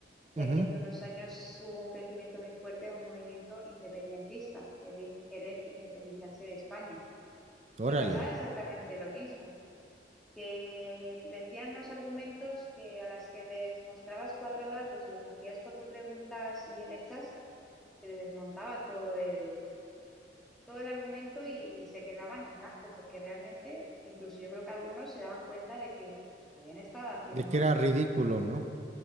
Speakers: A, in the centre; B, on the right.
A: y
B: Ujú,
A: aquí hace unos años hubo un crecimiento muy fuerte de un movimiento independentista, de di- querer independizarse de España.
B: Órale,
A: Y pasaba exactamente lo mismo, que decían los argumentos que a las que les mostrabas cuatro datos y les hacías cuatro preguntas bien hechas, se les desmontaba todo el todo el argumento y se quedaban en blanco, porque realmente, incluso yo creo que algunos se daban cuenta de que habían estado haciendo
B: de que era ridículo, ¿no?